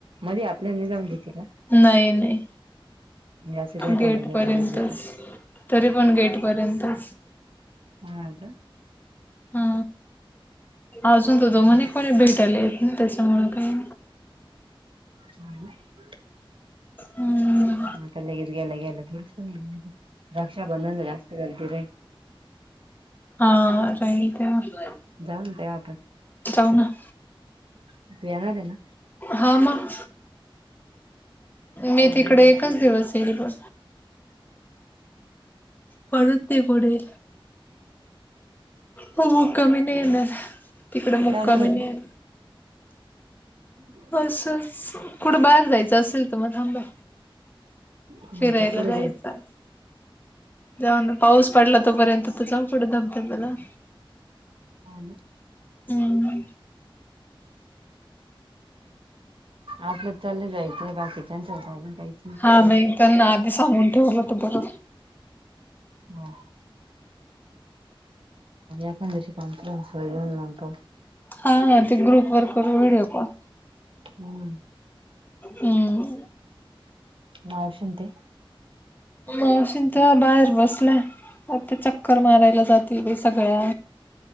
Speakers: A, on the right (about 70°); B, on the left (about 20°).
A: मध्ये आपल्याना नय जाऊ देते का?
B: नई-नई.
A: म्हणजे असं भेटायला
B: गेट
A: गेल्या
B: पर्यंतच,
A: वगैरे
B: तरी पण गेट पर्यंतच.
A: हा का.
B: हा. अजूनत तो म्हणे कोणी भेटायला येत नाही, त्याच्यामुळं काय
A: छान हे
B: हम्म,
A: मग तर लगेच, गेल्या-गेल्या थोडीचं कोणी येईल रक्षाबंधन ला जास्त गर्दी राहील.
B: हं. जाईल तेव्हा.
A: जाऊना तेव्हा आपण
B: जाऊ, ना.
A: तू येणार आहे ना
B: हा मग, मी
A: हम्म
B: तिकडे एकच दिवस येईल ब. पळेल ते पुढे. हो मुक्कामी नाही येणार, तिकडं मुक्कामी
A: का बरं
B: नाही येत
A: <inaudible>
B: असंच. कुठं बाहेर जायचं असेल, तर मग थांबा.
A: आता
B: फिरायला
A: कुठं
B: जायचं. जाऊ ना पाऊस पडला तोपर्यंत तर जाऊ कुठं धबधब्याला.
A: हा ना.
B: हम्म..
A: आपलं चालेल आहे, बाकींच्यासारखंच काहीच नाही
B: हा म त्यांना आधी सांगून ठेवलं त बर
A: हा. एखाशी कॉन्फरन्स येऊन लागतात
B: हा हा ते ग्रुप वर करून व्हिडिओ कॉल.
A: हम्म
B: हम्म..
A: मावशी न ते.
B: मावशींच्या बाहेर बसल्या आता ते चक्कर मारायला जात ती बी सगळ्या